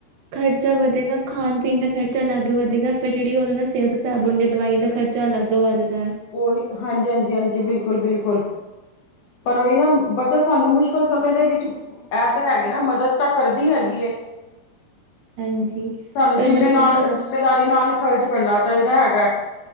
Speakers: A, on the right; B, on the left.
A: ਖਰਚਾ ਵਧੇਗਾ ਖਾਣ ਪੀਣ ਦਾ ਖਰਚਾ ਅਲੱਗ ਵਧੇਗਾ ਫਿਰ ਜਿਹੜੀ ਉਹਦੇ ਨਾਲ ਸਿਹਤ ਖਰਾਬ ਹੁੰਦੀ ਦਵਾਈਆਂ ਦਾ ਖਰਚਾ ਅਲੱਗ ਵੱਧਦਾ
B: ਓਹੀ ਹਾਂਜੀ-ਹਾਂਜੀ-ਹਾਂਜੀ, ਬਿਲਕੁਲ-ਬਿਲਕੁਲ ਪਰ ਉਹ ਇਹ ਨਾ, ਬੱਚਾ ਸਾਨੂੰ ਮੁਸ਼ਕਿਲ ਸਮੇਂ ਦੇ ਵਿੱਚ ਐ ਤਾਂ ਹੈਗੇ ਨਾ ਮਦਦ ਤਾਂ ਕਰਦੀ ਹੈਗੀ ਏ
A: ਹਾਂਜੀ
B: ਸਾਨੂੰ
A: ਪਰ
B: ਜਿੰਮੇ
A: ਬੱਚੇ
B: ਨਾਲ,
A: ਨੇ
B: ਜਿੰਮੇਦਾਰੀ ਨਾਲ ਖਰਚ ਕਰਨਾ ਚਾਹੀਦਾ ਹੈਗਾ